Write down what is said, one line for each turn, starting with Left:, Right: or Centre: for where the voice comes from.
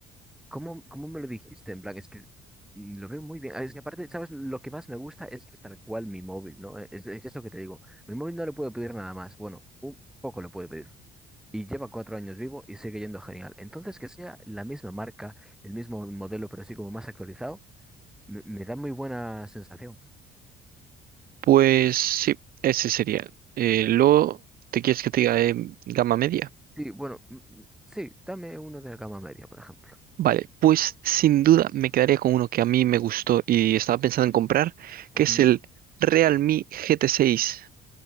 Centre: ¿Cómo, cómo me lo dijiste? En plan, es que mm, lo veo muy bien. Ah, Es que aparte, ¿sabes? Lo que más me gusta es que es tal cual mi móvil, ¿no? Eh, Es, es eso que te digo. Mi móvil no le puedo pedir nada más. Bueno, un poco le puedo pedir. Y lleva cuatro años vivo y sigue yendo genial. Entonces, que sea la misma marca, el mismo modelo, pero sí como más actualizado, me, me da muy buena sensación.
Right: Pues sí, ese sería. Eh, luego, ¿te quieres que te diga de gama media?
Centre: Sí, bueno, mm, mm, sí, dame uno de la gama media, por ejemplo.
Right: Vale, pues sin duda me quedaría con uno que a mí me gustó y estaba pensando en comprar, que es
Centre: Mm,
Right: el Realme GT6.